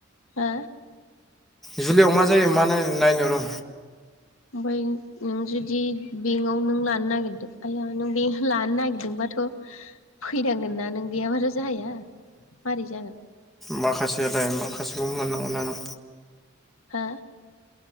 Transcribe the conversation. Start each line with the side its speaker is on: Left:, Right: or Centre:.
Left: हो?
Centre: जुलायाव मा जायो मा नायनो र'
Left: ओमफफ्राय नों जुदि बेंकआव नों लानो नागिरदों आइया नों बेंक लानो नागिरदोंबाथ' फैनांगोन ना नों गैयाबाथ' जाया। मारै जागोन?
Centre: माखासेयालाय माखासेखौ मोननांगोन ना आङो
Left: हो?